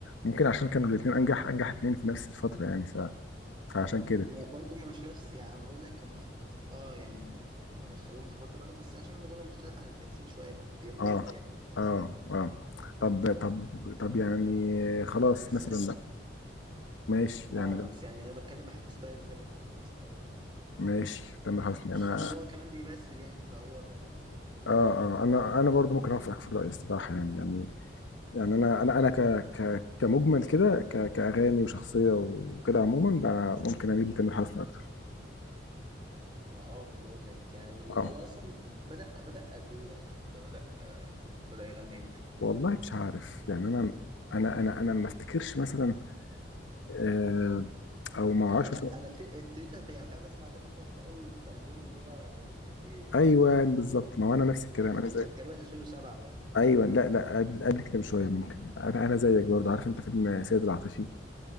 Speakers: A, on the left (about 80°); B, on the right (about 25°).
A: ممكن عشان كانوا الاثنين انجح انجح اثنين في نفس الفتره يعني ف فعشان كده
B: لا، برضه ما مش نفس يعني أنا بقول لك هم اه يعني هم دخلوهم في فتره بس عشان الغنى مختلف عن التمثيل شويه بيفضل
A: اه
B: يكمل فاهم
A: اه اه طب طب طب يعني خلاص
B: بس
A: مثلا
B: انا
A: ماشي يعني
B: اه بس يعني انا بتكلم بحب ستايل تامر حسني شويه
A: ماشي تامر حسني
B: خصوصا
A: انا
B: ان هو كمان بيمثل يعني فهو فاهم
A: اه اه انا انا برضو ممكن اوافقك في الراي الصراحه يعني يعني يعني انا انا انا ك ك كمجمل كده ك كاغاني وشخصيه وكده عموما بقى ممكن اميل لتامر حسني اكتر
B: ما اه ما انا بقول لك يعني
A: اه
B: هو اصلا بدأ بدأ قد ايه يعني امتى بدأ آه بدأ يغني امتى
A: والله مش عارف يعني انا انا انا انا ما افتكرش مثلا آه او ما اعرفش
B: يعني
A: مثلا
B: انا بت- ابتديت أت- يعني فاهم اسمع تامر حسني قوي في البوم اللي هو يا بنت الايه
A: ايوه بالظبط ما هو انا نفس الكلام
B: اللي كان
A: انا زي
B: كان تقريبا 2007 باين
A: ايوه لا لا قبل قبل كده بشويه ممكن انا أنا زيك برضو عارف انت فيلم سيد العاطفي